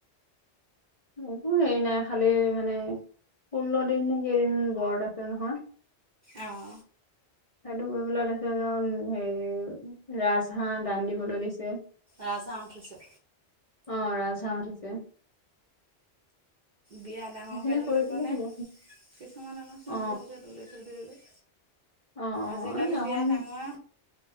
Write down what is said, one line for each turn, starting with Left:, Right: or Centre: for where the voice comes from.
Left: একো হেৰি নাই খালি মানে ষোল্ল দিন নে কেইদিন বৰত আছে নহয়।
Right: আহ।
Left: সেইটো কৰিবলে দিছে হেৰি ৰাজ হাঁহ দান দিবলৈ দিছে।
Right: ৰাজ হাঁহ উঠিছে?
Left: অ, ৰাজ হাঁহ উঠিছে।
Right: বিয়া ডাঙৰকে
Left: সেইখিনি
Right: তুলিবনে?
Left: কৰি দিলে হ'ব।
Right: কিছুমান আকৌ চিম্পুলকে
Left: অ
Right: তুলি থৈ দিয়ে যে।
Left: অ অ
Right: আজিকালি
Left: এই অকন
Right: বিয়া ডাঙৰে